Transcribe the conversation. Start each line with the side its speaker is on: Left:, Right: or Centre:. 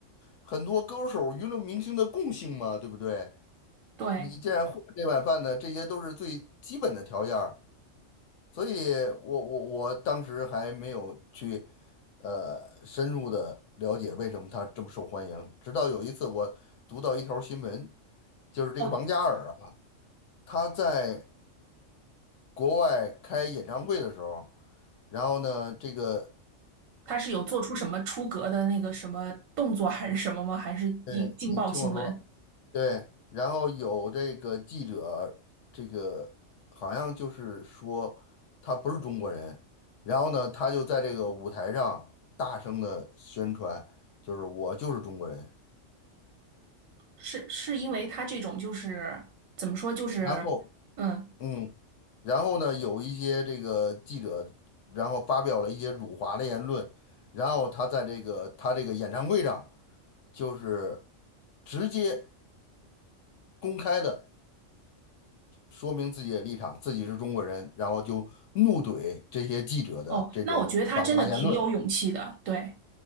Left: 很多歌手、娱乐明星的共性嘛，对不对？
Right: 对，
Left: 你既然混这碗饭呢，这些都是最基本的条件儿。所以我我我当时还没有去呃深入的了解为什么他这么受欢迎，直到有一次我读到一条新闻，就是这个王嘉尔啊，
Right: 哦，
Left: 他在国外开演唱会的时候，然后呢，这个。
Right: 他是有做出什么出格的那个什么动作还是什么吗？还是引劲爆新闻？
Left: 对，你听我说，对，然后有这个记者，这个好像就是说他不是中国人，然后呢，他就在这个舞台上大声的宣传，就是我就是中国人。
Right: 是是因为他这种就是怎么说就是，
Left: 然后，
Right: 嗯。
Left: 嗯，然后呢，有一些这个记者，然后发表了一些辱华的言论，然后他在这个他这个演唱会上就是直接公开的。说明自己的立场，自己是中国人，然后就怒怼这些记者的这种反华言论
Right: 哦，那我觉得他真的挺有勇气的，对。